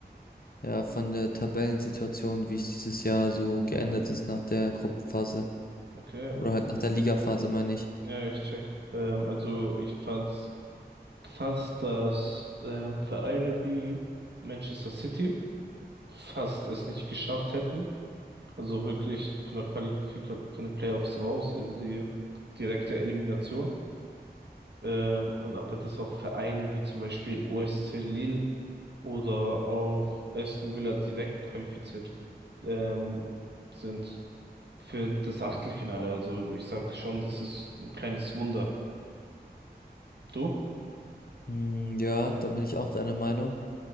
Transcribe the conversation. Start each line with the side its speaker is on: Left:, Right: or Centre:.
Left: Ja, von der Tabellensituation, wie es dieses Jahr so geändert ist nach der Gruppenphase
Right: Okay,
Left: oder halt nach der Ligaphase, meine ich.
Right: ja, ich check. Ähm, also ich fand's krass, dass ähm, Vereine wie Manchester City fast es nicht geschafft hätten. Also wirklich von der Qualifikation, von den Playoffs raus in die direkte Elimination. Ähm, und aber dass auch Vereine wie zum Beispiel OSC Lille oder auch Aston Villa direkt qualifiziert ähm, sind für das Achtelfinale. Also ich sag schon, das ist ein kleines Wunder. Du?
Left: Hm, ja, da bin ich auch deiner Meinung.